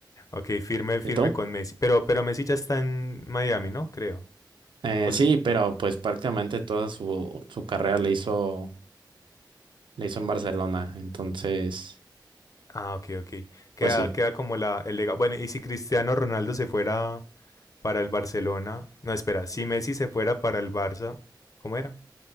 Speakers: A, on the left; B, on the right.
A: Ok, firme, firme
B: ¿Y tú?
A: con Messi. Pero, pero Messi ya está en Miami, ¿no? Creo.
B: Eh,
A: O s-
B: sí, pero pues prácticamente toda su, su carrera le hizo, le hizo en Barcelona, entonces,
A: ah, ok, ok. Queda,
B: pues sí,
A: queda como la, el legado. Bueno, y si Cristiano Ronaldo se fuera para el Barcelona. No, espera, si Messi se fuera para el Barça, ¿cómo era?